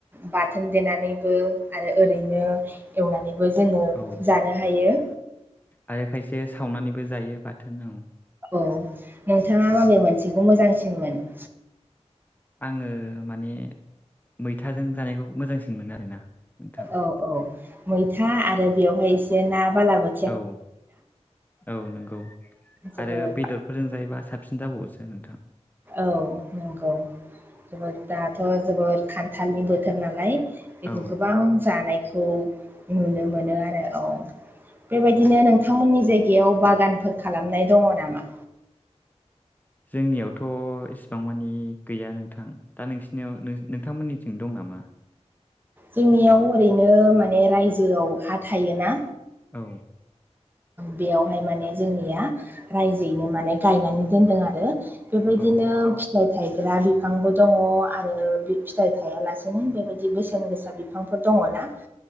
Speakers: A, on the right; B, on the left.
A: बाथोन देनानैबो आरो ओरैनो एवनानैबो जोंङो
B: औ
A: जानो हायो।
B: आरो खायसे सावनानैबो जायो बाथोनाव
A: औ नोंथांङा माबे मोनसेखौ मोजांसिन मोनो।
B: आङो माने मैथाजों जानायखौ मोजांसिन मोनो आरोना नोंथां।
A: औ औ मैथा आरो बेवहाय एसे ना बालाबो
B: औ औ नंगौ
A: जोबोद
B: आरो बेदर बे फोरजों जायोबा साबसिन जाबावोसो नोंथां
A: औ नंगौ जोबोद दाथ' जोबोद खानथालनि बोथोर नालाय बेखौ
B: औ
A: गोबां जानायखौ नुनो मोनो आरो औ बेबायदिनो नोंथांमोननि जायगायाव बागानफोर खालामनाय दंङो नामा
B: जोंनियावथ' इसिबां मानि गैया नोंथां दा नोंसिनियाव नोंथांमोननिथिं दं नामा?
A: जोंनियाव ओरैनो माने रायजोयाव हा थायोना
B: औ
A: बेयावहाय माने जोंनिया रायजोयैनो माने गायनानै दोनदों आरो बेबायदिनो
B: औ
A: फिथाय थाइ गा बिफांबो दंङ आरो बे फिथाइ थायालासेनो बेबायदि बेसेन गोसा बिफांफोर दंङ ना <inaudible>